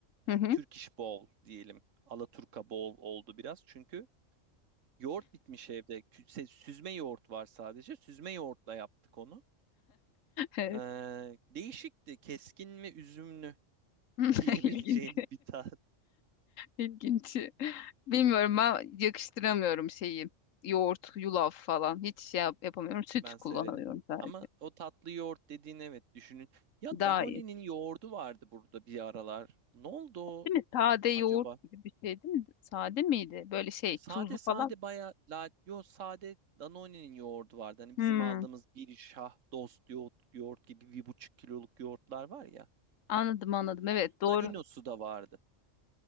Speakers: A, on the right; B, on the left.
A: yani
B: Hı hı.
A: Turkish bowl diyelim. Alaturka bowl oldu biraz. Çünkü yoğurt bitmiş evde. Kü- se- Süzme yoğurt var sadece. Süzme yoğurtla yaptık onu.
B: Evet.
A: Ee, değişikti. Keskin ve üzümlü.
B: <laughs>
A: <laughs> diyebileceğim
B: İlginç.
A: bir tat
B: İlginç. Bilmiyorum ben yakıştıramıyorum şeyi. Yoğurt, yulaf falan. Hiç şey yap- yapamıyorum. Süt
A: ben
B: kullanıyorum
A: severim.
B: sadece.
A: Ama o tatlı yoğurt dediğin evet düşünün. Ya
B: Daha
A: Danone'nin
B: iyi.
A: yoğurdu vardı burada bir aralar. Ne oldu o
B: Değil mi? Sade yoğurt
A: acaba?
B: gibi bir şey değil mi? Sade miydi? Böyle şey
A: Sade
B: tuzlu
A: sade
B: falan.
A: baya la yo sade Danone'nin yoğurdu vardı. Hani
B: Hmm,
A: bizim aldığımız bir şah dost yoğurt, yoğurt gibi bir buçuk kiloluk yoğurtlar var ya.
B: anladım anladım.
A: Onun
B: Evet doğru.
A: Danino'su da vardı.